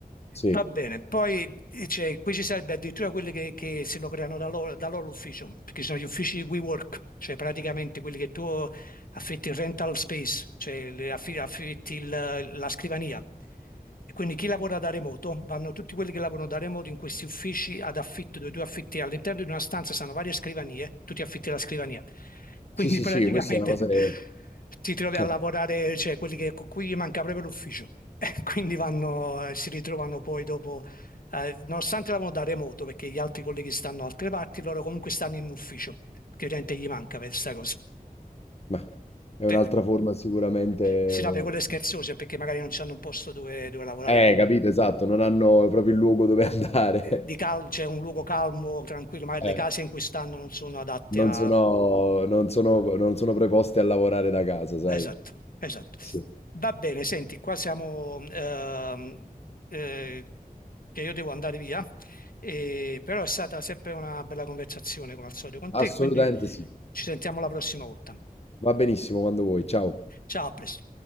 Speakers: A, on the left; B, on the left.
A: Sì,
B: Va bene, poi eh, cioè, qui ci sarebbe addirittura quelli che, che se lo creano da loro, da loro l'ufficio, perché ci sono gli uffici di WeWork, cioè praticamente quelli che tu affitti il rental space, cioè le affi- affitti il- la scrivania. E quindi chi lavora da remoto, vanno tutti quelli che lavorano da remoto in questi uffici ad affitto, dove tu affitti all'interno di una stanza, sono varie scrivanie, tu ti affitti la scrivania. Quindi
A: sì, sì,
B: praticamente
A: sì, questa è una cosa
B: <laughs>
A: che...
B: ti trovi
A: <laughs>
B: a lavorare, cioè quelli che, con cui gli manca proprio l'ufficio. <laughs> Quindi vanno, eh, si ritrovano poi dopo, eh, nonostante lavorano da remoto, perché gli altri colleghi stanno da altre parti, loro comunque stanno in ufficio, che ovviamente gli manca per questa cosa
A: Mah, è
B: per-
A: un'altra forma sicuramente
B: Sì, no, per quelle scherzose, perché magari non c'hanno un posto dove, dove lavorare,
A: eh,
B: quindi
A: capito, esatto, non hanno proprio il luogo dove andare.
B: eh, di cal-
A: <laughs>
B: c'è un luogo calmo, tranquillo, magari
A: Eh,
B: le case in cui stanno non sono adatte
A: non
B: a...
A: sono non sono non sono preposti a lavorare da casa, sai.
B: Esatto, esatto.
A: Sì.
B: Va bene, senti, qua siamo... ehm, eh, che io devo andare via, eh, però è stata sempre una bella conversazione come al solito con
A: Assolutamente
B: te, quindi
A: sì.
B: ci sentiamo la prossima volta.
A: Va benissimo, quando vuoi. Ciao.
B: Ciao, a presto.